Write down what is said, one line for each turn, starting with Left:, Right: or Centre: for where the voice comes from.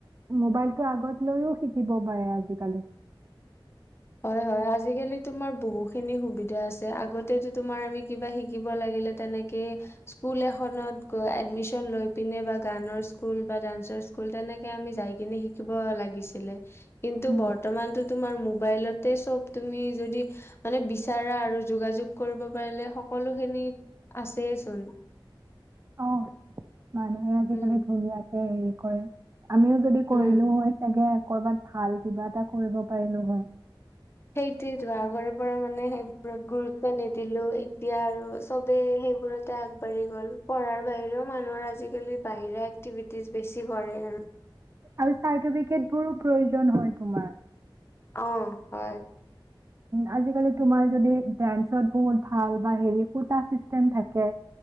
Right: মোবাইলতটো আগত লৈও শিকিব পাৰে আজিকালি
Left: হয়, হয় আজিকালি তোমাৰ বহুখিনি সুবিধা আছে আগতেতো তোমাৰ আমি কিবা শিকিব লাগিলে তেনেকে স্কুল এখনত গৈ এডমিচন লৈ পিনে বা গানৰ স্কুল বা ডান্সৰ স্কুল তেনেকে আমি যায় কিনে শিকিব লাগিছিলে কিন্তু
Right: উম।
Left: বৰ্তমানটো তোমাৰ মোবাইল তে চব তুমি যদি মানে বিচাৰা আৰু যোগাযোগ কৰিব পাৰিলে সকলোখিনি আছেয়ে চোন
Right: অ', মানুহে আজিকালি
Left: উম,
Right: ধুনীয়াকে হেৰি কৰে আমিও যদি কৰিলো
Left: উম,
Right: হয়। চাগে কৰবাত ভাল কিবা এটা কৰিব পাৰিলো হয়।
Left: সেইটোৱেইটো আগৰ পৰা মানে সেইবোৰত গুৰুত্ব নিদিলো এতিয়া আৰু চবেই সেইবোৰ তে আগবাঢ়ি গ'ল পঢ়াৰ বাহিৰেও মানুহৰ আজিকালি বাহিৰা এক্টিভিটিজ বেছি কৰে আৰু।
Right: আৰু চাৰ্টিফিকেট বোৰো প্ৰয়োজন হয় তোমাৰ।
Left: অ', হয়।
Right: আজিকালি তোমাৰ যদি ডেন্সত বহুত ভাল বা হেৰি ক'টা চিষ্টেম থাকে।